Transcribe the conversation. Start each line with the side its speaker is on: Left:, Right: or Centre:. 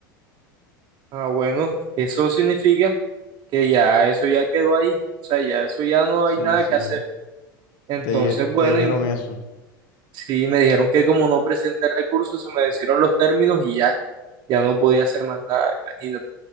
Right: Ah, bueno, eso significa que ya eso ya quedó ahí. O sea, ya eso ya no
Left: Sí,
Right: hay nada
Left: sí.
Right: que hacer. Entonces,
Left: Te dije,
Right: bueno,
Left: te dijeron eso.
Right: Sí, me dijeron que como no presenté recursos, se me vencieron los términos y ya, ya no podía hacer más nada, imagínate.